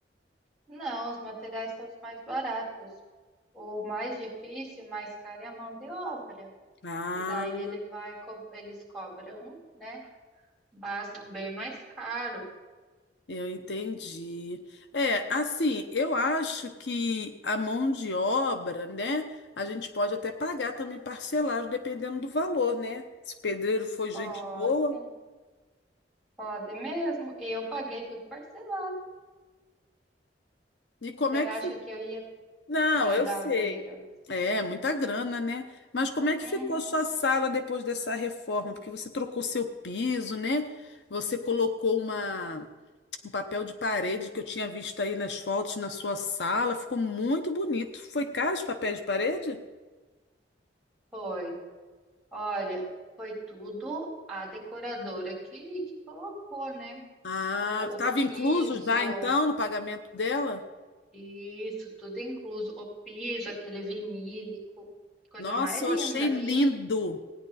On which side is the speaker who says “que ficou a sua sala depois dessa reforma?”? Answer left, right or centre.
Left